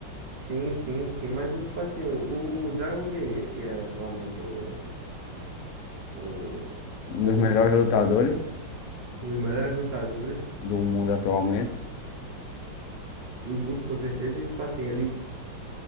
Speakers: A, on the right; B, on the left.
A: Sim, sim, sim, mas o tipo assim, o, o Dragon Guerreiro, que é atualmente o, o, o
B: Um
A: Paul,
B: dos melhores
A: né?
B: lutadores
A: Um dos melhores lutadores
B: do mundo atualmente.
A: do mundo, com certeza, e tipo assim, eles,